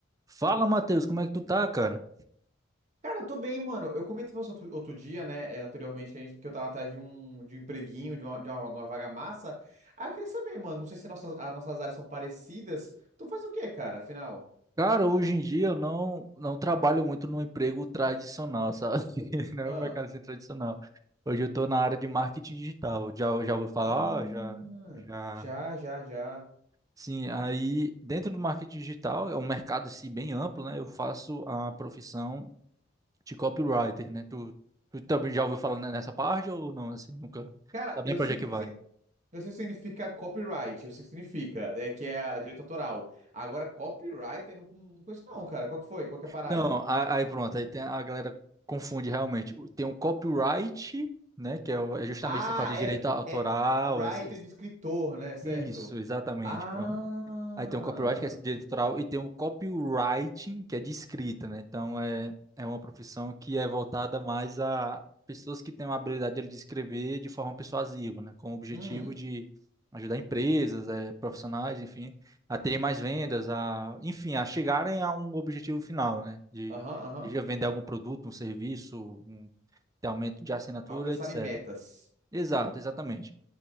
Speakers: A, on the right; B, on the right.
A: Fala, Matheus, como é que tu tá, cara?
B: Cara, eu tô bem, mano. Eu comentei com você outro, outro dia, né, é, anteriormente, que, a gente- que eu tava atrás de um, de um empreguinho, de uma, de uma, uma vaga massa. Ah, eu queria saber, mano, não sei se nossas, as nossas áreas são parecidas. Tu faz o quê, cara, afinal?
A: Cara, hoje em dia eu não, não trabalho muito no emprego tradicional, sabe? <laughs> Não
B: Ah,
A: é um mercado assim tradicional. Hoje eu tô na área de marketing digital. Já, já ouviu falar?
B: ah,
A: Já, já.
B: já, já, já.
A: Sim, aí dentro do marketing digital é um mercado assim, bem amplo, né? Eu faço a profissão de copywriter, né? Tu, tu também já ouviu falar nessa parte ou não? Assim, nunca.
B: Cara,
A: Sabe
B: eu
A: nem pra
B: sei
A: onde é
B: o
A: que
B: que,
A: vai?
B: que, si- eu sei o que significa copyright, eu sei o que significa, é, que é a direito autoral. Agora, copywriter, eu não, não conheço não, cara. Qual que foi? Qual que é a parada?
A: Não, a- aí pronto, aí tem, a galera confunde realmente. O- Tem o copyright, né, que é o- é justamente
B: Ah,
A: essa parte de
B: é,
A: direito autoral.
B: é writer
A: esse- esse-
B: de escritor, né? Certo?
A: isso, exatamente,
B: Ah.
A: Aí tem o copyright, que é esse direito autoral, e tem o copywriting, que é de escrita, né? Então é, é uma profissão que é voltada mais a pessoas que têm uma habilidade de escrever de forma persuasiva, né? Com o objetivo
B: Hum.
A: de ajudar empresas, eh, profissionais, enfim, a terem mais vendas, a, enfim, a chegarem a um objetivo final, né? De,
B: Aham, aham.
A: de vender algum produto, um serviço, um ter aumento de assinatura,
B: Alcançarem
A: etc.
B: metas.
A: Exato, exatamente.